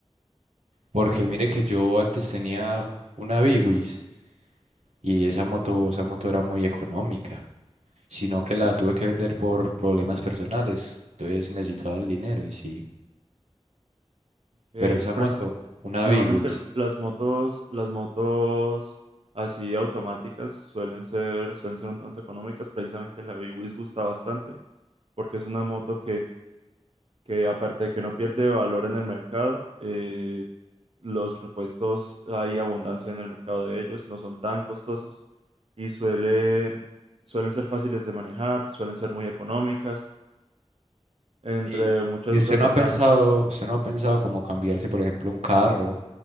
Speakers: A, on the right (about 80°); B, on the right (about 60°).
A: Porque mire que yo antes tenía una Big Wiz y esa moto, esa moto era muy económica, sino que
B: Sí,
A: la tuve que vender por problemas personales. Entonces necesitaba el dinero y sí.
B: eh,
A: Pero esa
B: el
A: moto,
B: preci-
A: una
B: normalmente
A: Bigwis.
B: l- las motos, las motos así automáticas suelen ser, suelen ser un tanto económicas, precisamente la BWS gusta bastante, porque es una moto que aparte de que no pierde valor en el mercado, eh, los repuestos hay abundancia en el mercado de ellos, no son tan costosos y suelen, suelen ser fáciles de manejar, suelen ser muy económicas, entre
A: ¿Y
B: muchas
A: y usted
B: otras
A: no
B: ventajas.
A: ha pensado, usted no ha pensado como cambiarse, por ejemplo, un carro?